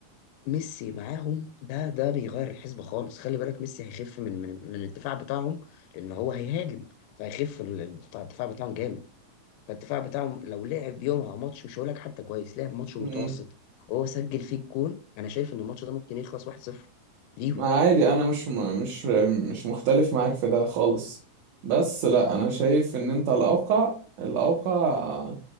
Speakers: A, on the left (about 80°); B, on the right (about 60°).
A: ميسي معاهم ده ده بيغير الحسبه خالص خلي بالك ميسي هيخف من من من الدفاع بتاعهم لان هو هيهاجم فهيخف ال- الدفاع بتاعهم جامد فالدفاع بتاعهم لو لعب يومها ماتش مش هقول لك حتى كويس لعب ماتش متوسط
B: مم،
A: وهو سجل فيه الجون انا شايف ان الماتش ده ممكن يخلص 1-0 ليهم
B: ما عادي انا مش م- مش مش مختلف معاك في ده خالص بس لا انا شايف ان انت الاوقع الاوقع